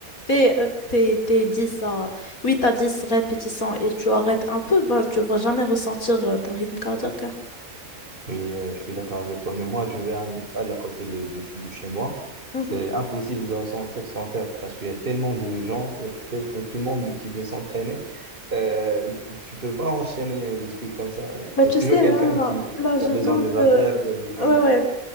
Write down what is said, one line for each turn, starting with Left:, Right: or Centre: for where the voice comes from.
Left: fais euh, tes, tes dix à huit à dix répétitions et tu arrêtes un peu, bah, tu vas jamais ressentir euh, ton rythme cardiaque. hein.
Right: Oui, euh, je suis d'accord avec toi. Mais moi, je vais à une salle à côté de, de, de chez moi.
Left: Mhm.
Right: C'est impossible de ressentir son cœur parce qu'il y a tellement de gens, il y a tel- euh, tout le monde qui veut s'entraîner. Euh, tu peux pas enchaîner des trucs comme ça. Il
Left: Bah,
Right: y
Left: tu
Right: a toujours
Left: sais,
Right: quelqu'un
Left: là,
Right: qui,
Left: là,
Right: qui
Left: je
Right: a besoin
Left: viens
Right: des haltères,
Left: de...
Right: qui a besoin
Left: Ouais,
Right: de...
Left: ouais.